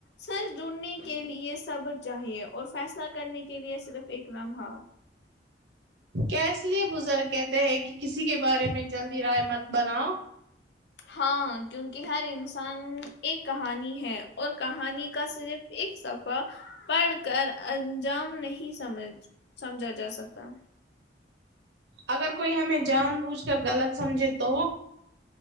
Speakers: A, on the left; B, on the right.
A: سچ ڈھونڈنے کے لیے صبر چاہیے اور فیصلہ کرنے کے لیے صرف ایک لمحہ
B: کیا اس لیے بزرگ کہتے ہیں کہ کسی کے بارے میں جلدی رائے مت بناؤ
A: ہاں کیونکہ ہر انسان ایک کہانی ہے اور کہانی کا صرف ایک صفہ پڑھ کر انجام نہیں سمجھ سمجھا جا سکتا
B: اگر کوئی ہمیں جان بوجھ کر غلط سمجھے تو